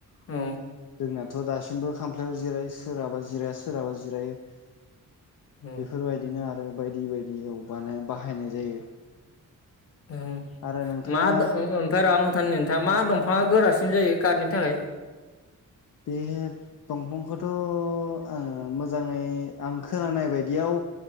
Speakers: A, on the left (about 45°); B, on the left (about 70°).
A: औ।
B: नाथ दासिमबो खामफ्लायाव जिरायो सोरहाबा जिराया सोरहाबा जिरायो। बेफोरबायदिनो
A: औ
B: आरो। बायदि बायदियाव बानाय बाहायनाय जायो।
A: ओ
B: आरो नोंथाङा
A: मा दङ ओम ओमफ्राय आथ नोंथाङा मा दम। फाङा गोरासिन जायो खारनि थाखाय।
B: बे दंफांखौथ आङो मोजाङै आं खोनानाय बायदियाव